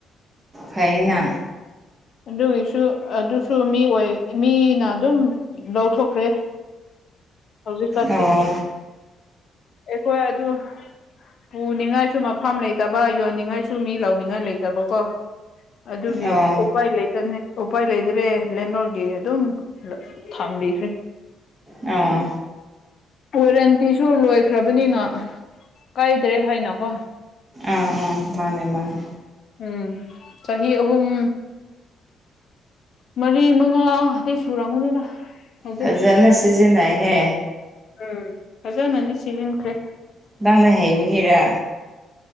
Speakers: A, on the right; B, on the left.
A: ꯐꯩꯌꯦꯅꯥ
B: ꯑꯗꯨꯒꯤꯁꯨ ꯑꯗꯨꯁꯨ ꯃꯤ ꯑꯣꯏ ꯃꯤꯅ ꯑꯗꯨꯝ ꯂꯧꯊꯣꯛꯈ꯭ꯔꯦ꯫ ꯍꯧꯖꯤꯛꯀꯥꯟꯗꯤ
A: ꯑꯣ ꯑꯣ
B: ꯑꯩꯈꯣꯏ ꯑꯗꯨ ꯄꯨꯅꯤꯡꯉꯥꯏꯁꯨ ꯃꯐꯝ ꯂꯩꯇꯕ ꯌꯣꯟꯅꯤꯡꯉꯥꯏꯁꯨ ꯃꯤ ꯂꯧꯅꯤꯡꯉꯥꯏ ꯂꯩꯇꯕꯀꯣ ꯑꯗꯨꯒꯤ
A: ꯑꯣ
B: ꯑꯣꯞ ꯎꯄꯥꯏ ꯂꯩꯇꯅ ꯎꯄꯥꯏ ꯂꯩꯇ꯭ꯔꯦ ꯂꯩꯅꯣꯒꯤ ꯑꯗꯨꯝ ꯊꯝꯕꯤꯈ꯭ꯔꯦ
A: ꯑꯥ
B: ꯋꯥꯔꯦꯟꯇꯤꯁꯨ ꯂꯣꯏꯈ꯭ꯔꯕꯅꯤꯅ ꯀꯥꯏꯗ꯭ꯔꯦ ꯍꯥꯏꯅꯀꯣ
A: ꯑ ꯑ ꯃꯥꯅꯦ ꯃꯥꯅꯦ
B: ꯎꯝ ꯆꯍꯤ ꯑꯍꯨꯝ ꯃꯔꯤ ꯃꯉꯥ ꯑꯇꯩ ꯁꯨꯔꯝꯒꯅꯤꯗ ꯍꯧꯖꯤꯛꯇꯤ
A: ꯐꯖꯅ ꯁꯤꯖꯤꯟꯅꯩꯍꯦ
B: ꯎꯝ ꯐꯖꯅꯗꯤ ꯁꯤꯖꯤꯟꯈ꯭ꯔꯦ
A: ꯅꯪꯅ ꯍꯩꯕꯒꯤꯔ